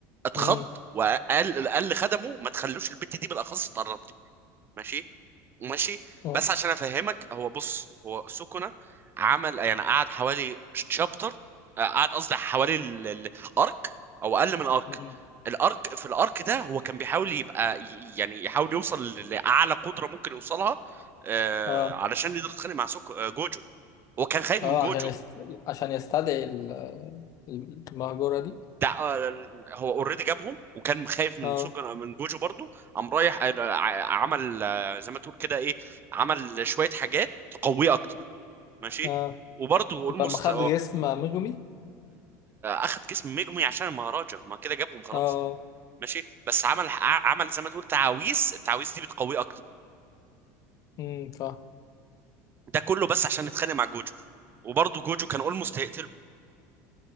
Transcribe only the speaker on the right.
اتخض
وقال قال لخدمه ما تخلوش البت دي بالاخص تقرب لي ماشي ماشي
بس عشان افهمك هو بص هو سكنة عمل يعني قعد حوالي شابتر قعد قصدي حوالي الارك او اقل من الارك
الارك في الارك ده هو كان بيحاول يبقى ي- يعني يحاول يوصل لاعلى قدرة ممكن يوصلها آه،
علشان يقدر يتخانق مع سوكو آه، جوجو هو كان خايف من
جوجو
ده آه، هو اوريدي جابهم وكان خايف من
سوكو من جوجو برضو قام رايح آه، ع- عمل آه، زي ما تقول كده ايه عمل شوية حاجات تقويه اكتر ماشي
وبرضه اولموست
اخد جسم مجمي عشان المهرجة ما كده جابهم خلاص
ماشي بس عمل ع- عمل زي ما تقول تعاويذ التعاويذ دي بتقويه اكتر
ده كله بس عشان يتخانق مع جوجو وبرضه جوجو كان اولموست هيقتله